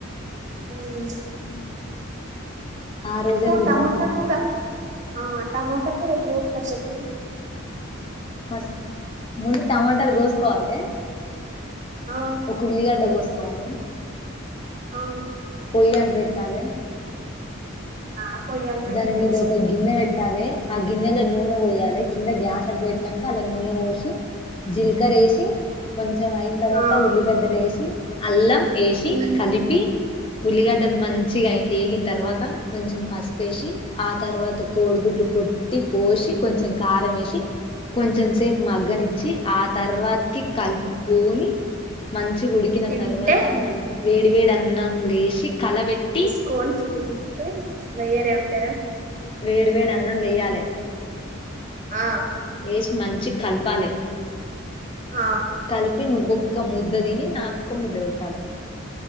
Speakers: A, on the right (about 35°); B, on the left (about 25°).
A: ఉమ్
B: ఆ రోజే చూద్దంత
A: టమాటా కూర ఆ టమాటా కూడారట్లు పారు చెప్
B: మస్ ముందు టమాటాలు గోసుకోవాలి.
A: ఆ
B: ఒక ఉల్లి గడ్డ గొస్త కాల
A: ఆవు
B: పోయ్య అంట పెట్టాలె
A: ఆ పొయ్యి అంట పెట్టి
B: దాని మీద
A: తెలుసు
B: ఒక
A: గాని
B: గిన్నె పెట్టాలె. ఆ గిన్నెలో నూనె పోయాలి. కింద గ్యాస్ అంట పెట్టినాక అలా నూనె పోసి, జీలకరేసి. కొంచెం అయిన తర్వాత
A: ఆ
B: ఉల్లిగడ్డలు ఎసి అల్లం వేసి
A: ఉమ్.
B: కలిపి. ఉల్లిగడ్డలు మంచిగాయి ఎగిన తర్వాత కొంచెం పస్ వేసి ఆ తర్వాత కోడిగుడ్లు కొట్టి పోసి, కొంచెం కారం వేసి, కొంచెం సేపు మగ్గనిచ్చి ఆ తర్వాతకి కలుపుకొని మంచి ఉడికిన
A: తింటే
B: తర్వాత మన్ వేడి వేడి అన్నం లేసి కలబెట్టి
A: వేసుకొని తింటే వేరే ఉంటాయా
B: వేడి వేడి అన్నం లేయ్యాలి.
A: ఆ
B: వెశి మంచి కల్పాలే
A: ఆ
B: కలిపి నువు ఒక ముద్ద తిని. నాకొ ఒక ముద్ద పెట్టాలి.